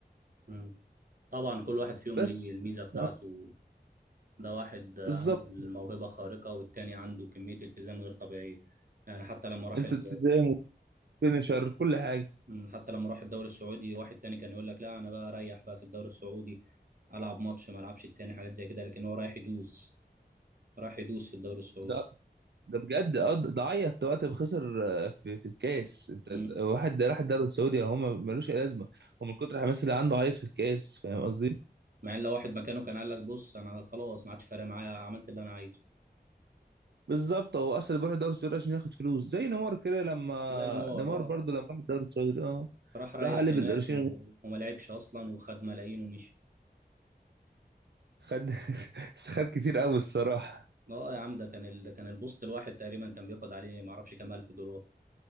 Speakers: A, on the right (about 55°); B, on the right (about 85°).
A: امم طبعا كل واحد فيهم
B: بس
A: ليه الميزه بتاعته
B: آه،
A: ده واحد عنده
B: بالظبط
A: الموهبه خارقه والتاني عنده كميه التزام غير طبيعيه يعني حتى لما راح
B: انت
A: ال...
B: تزايم وفينيشر كل حاجة
A: مم، حتى لما راح الدوري السعودي واحد تاني كان يقول لك لا انا بقى اريح بقى في الدوري السعودي العب ماتش ما العبش التاني حاجات زي كده لكن هو رايح يدوس رايح يدوس في الدوري السعودي
B: ده ده بجد اه ده ده عيط وقت ما خسر آه، في في الكاس انت
A: مم.
B: أنت- واحد ده راح الدوري السعودي هو ما- ملوش اي لازمه ومن كتر الحماس اللي عنده عيط في الكاس فاهم قصدي
A: مع ان لو واحد مكانه كان قال لك بص انا خلاص ما عادش فارق معايا عملت اللي انا عايزه
B: بالظبط هو اصلا بيروح الدوري السعودي عشان ياخد فلوس زي نيمار كده لما
A: زي نيمار
B: نيمار
A: اه
B: برضه لما راح الدوري السعودي اه
A: راح ريح
B: راح قلب
A: هناك
B: القرشين
A: و... وما لعبش اصلا وخد ملايين ومشي
B: خد <laughs> خد كتير قوي الصراحة
A: اه يا عم ده كان ال... ده كان البوست الواحد تقريبا كان بياخد عليه ما اعرفش كام الف دولار